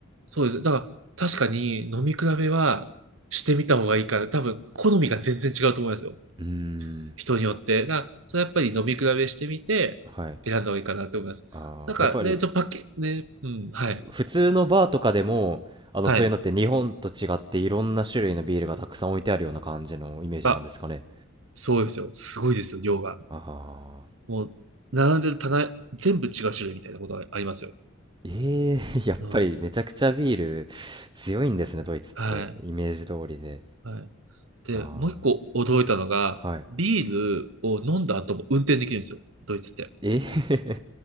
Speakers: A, on the right; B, on the right.
A: そうです。だから確かに飲み比べはしてみた方がいいから、多分好みが全然違うと思いますよ。
B: うーん、
A: 人によって。だから、それやっぱり飲み比べしてみて、
B: はい。
A: 選んだ方がいいかなと思います。
B: ああ、
A: なんかね、
B: やっぱり、
A: ちょ、パッケ、ね、うん、はい。
B: 普通のバーとかでも、あの、
A: はい。
B: そういうのって日本と違っていろんな種類のビールがたくさん置いてあるような感じのイメージなんですかね。
A: あ、そうですよ。すごいですよ、量が。
B: ああ、
A: もう、並んでる棚、全部違う種類みたいなことがありますよ。
B: ええー <laughs> やっぱりめちゃくちゃビール強いんですね、
A: うん。
B: ドイツって。
A: はい。
B: イメージ通りで。
A: はい。で、
B: あ
A: もう一個驚いたのが、
B: あ、はい。
A: ビールを飲んだ後も運転できるんですよ。ドイツって。
B: ええー